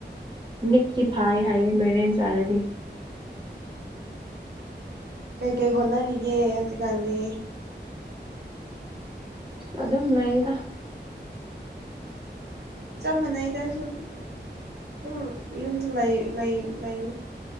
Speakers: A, on the right (about 25°); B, on the right (about 65°).
A: ꯃꯤꯠꯀꯤ ꯐꯥ ꯍꯥꯏꯌꯦ ꯃꯔꯦꯟ ꯆꯥꯔꯗꯤ
B: ꯀꯩꯀꯩ ꯍꯣꯠꯅꯔꯤꯒꯦ ꯍꯧꯖꯤꯛꯀꯥꯟꯗꯤ
A: ꯑꯗꯨꯝ ꯂꯩꯗ
B: ꯆꯞ ꯃꯥꯟꯅꯩꯗꯁꯨ ꯑꯗꯨꯝ ꯌꯨꯝꯗ ꯂꯩꯌꯦ